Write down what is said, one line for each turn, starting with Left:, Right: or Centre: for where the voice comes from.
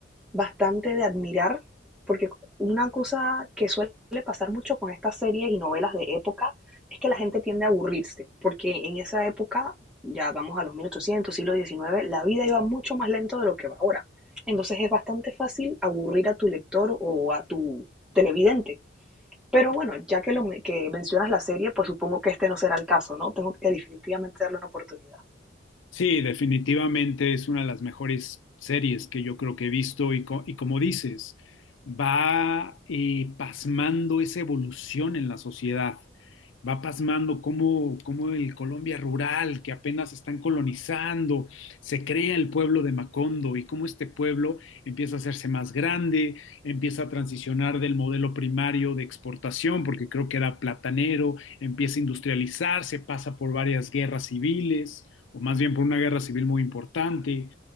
Centre: bastante de admirar, porque una cosa que suele pasar mucho con estas series y novelas de época es que la gente tiende a aburrirse, porque en esa época, ya vamos a los 1800 siglo diecinueve la vida iba mucho más lento de lo que va ahora. Entonces es bastante fácil aburrir a tu lector o a tu televidente. Pero bueno, ya que, lo, que mencionas la serie, pues supongo que este no será el caso, ¿no? Tengo que definitivamente darle una oportunidad.
Left: Sí, definitivamente es una de las mejores series que yo creo que he visto y, co- y como dices, va eh, pasmando esa evolución en la sociedad, va pasmando cómo, cómo el Colombia rural, que apenas están colonizando, se crea el pueblo de Macondo y cómo este pueblo empieza a hacerse más grande, empieza a transicionar del modelo primario de exportación, porque creo que era platanero, empieza a industrializarse, pasa por varias guerras civiles o más bien por una guerra civil muy importante.